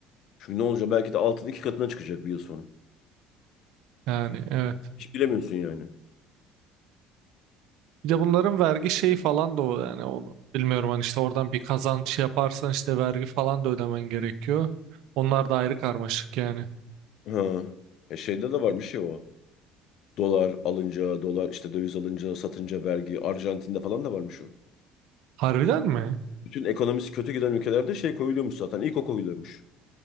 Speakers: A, on the left; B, on the right.
A: Çünkü ne olacak belki de altın iki katına çıkacak bir yıl sonra.
B: Yani evet.
A: Hiç bilemiyorsun yani.
B: Bir de bunların vergi şeyi falan da o yani onu bilmiyorum hani işte oradan bir kazanç yaparsan işte vergi falan da ödemen gerekiyor. Onlar da ayrı karmaşık yani.
A: Ha. E şeyde de var bir şey o. Dolar alınca, dolar işte döviz alınca, satınca vergi. Arjantin'de falan da varmış o.
B: Harbiden mi?
A: Bütün ekonomisi kötü giden ülkelerde şey koyuluyormuş zaten. İlk o koyuluyormuş.